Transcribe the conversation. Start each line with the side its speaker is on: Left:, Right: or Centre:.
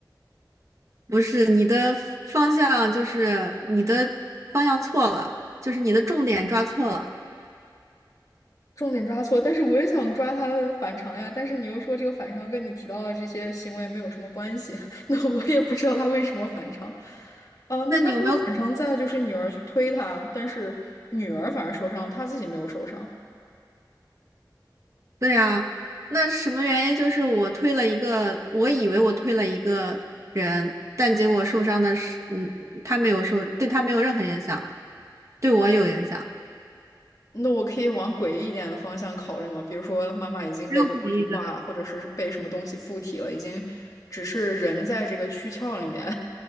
Right: 不是，你的方向就是你的方向错了，就是你的重点抓错了。
Left: 重点抓错，但是我也想抓她的反常呀，但是你又说这个反常跟你提到的这些行为没有什么关系，<laughs> 那我也不知道他为什么反常。啊，那他这个反常在就是女儿去推他，
Right: 那你有没有？
Left: 但是女儿反而受伤，他自己没有受伤。
Right: 对啊，那什么原因？就是我推了一个，我以为我推了一个人，但结果受伤的是，嗯，他没有受，对他没有任何影响，对我有影响，
Left: 那我可以往诡异一点的方向考虑吗？比如说，妈妈已经被幽灵化，
Right: 没有诡异的，
Left: 或者是被什么东西附体了，已经只是人在这个躯壳里面。